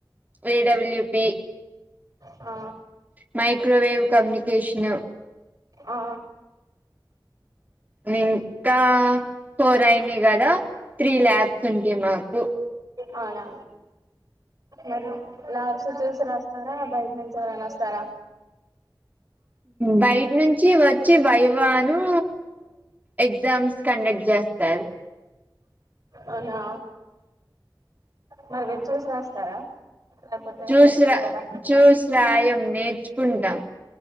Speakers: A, on the right; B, on the right.
A: ఏ డబల్ యూ పి
B: ఆ
A: మైక్రోవేవ్ కమ్యూనికేషను
B: ఆ
A: మిన్ ఇంకా ఫోర్ అయినాయి కదా త్రీ ల్యాబ్స్ ఉంటాయి మాకు
B: అవునా మరి ల్యాబ్స్ చూసి రాస్తారా బయట నుంచి ఎవరైనా వస్తారా
A: బయట నుంచి వచ్చి వైవాను ఎగ్జామ్స్ కండక్ట్ చేయ వస్తారు
B: అవునా మరి మీరు చూసి రాస్తారా లేకపోతే
A: చూసిరా
B: నేర్చుకుంటారా
A: చూసిరాయం నేర్చుకుంటాం